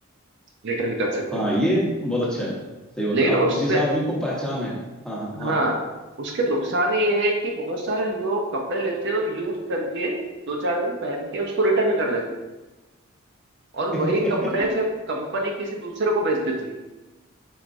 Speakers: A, on the right; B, in the centre.
A: रिटर्न कर सकते
B: हाँ
A: हो
B: ये बहुत अच्छा है सही बात
A: लेकिन
B: है अब
A: उससे
B: जिस आदमी को पहचान है हाँ हाँ हाँ
A: हाँ उसके नुकसान ये है कि बहुत सारे लोग कपड़े लेते हैं और यूज करके दो चार दिन पहन के उसको रिटर्न कर देते हैं
B: <laughs>
A: और
B: सही
A: वही कपड़े फिर कंपनी किसी दूसरे को बेच देती है।